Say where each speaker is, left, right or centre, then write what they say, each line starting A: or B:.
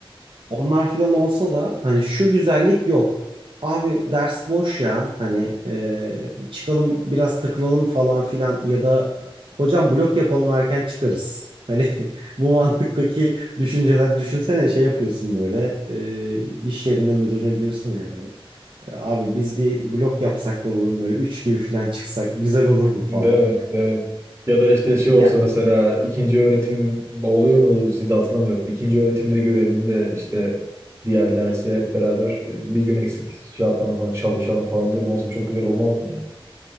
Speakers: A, on the right; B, on the right.
A: onlar filan olsa da hani şu güzellik yok. Abi ders boş ya hani e, çıkalım biraz takılalım falan filan ya da hocam blok yapalım erken çıkarız. Hani <laughs> bu mantıktaki düşünceler düşünsene şey yapıyorsun böyle e, iş yerinde müdürüne diyorsun yani. "E, Abi biz bir blok yapsak da bugün böyle 3 gibi filan çıksak güzel olur mu falan.
B: Değil mi? Değil mi? Ya da işte şey olsa
A: Ya
B: mesela ikinci öğretim oluyor mu sizde hatırlamıyorum. İkinci öğretimde görelim de işte diğer dersi hep beraber e, bir gün eksik şey yapalım falan çalışalım falan durum olsa çok güzel olmaz mı ya?